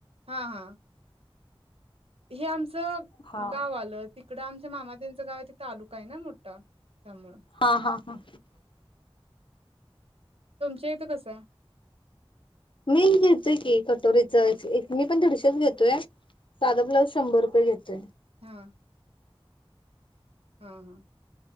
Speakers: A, on the right (about 80°); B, on the left (about 60°).
A: हा हा. हे आमचं
B: हा.
A: गाव आलं तिकड आम मा मामाातच गाव तालुका आहे ना मोठा त्यामुळ
B: हा हा हा
A: च्या इथं कसंय?
B: मी घेतोय की कटोरीच एक मी पण दीडशेच घेतोय, साधा ब्लाऊज शंभर रुपये घेतोय.
A: हा हा हा.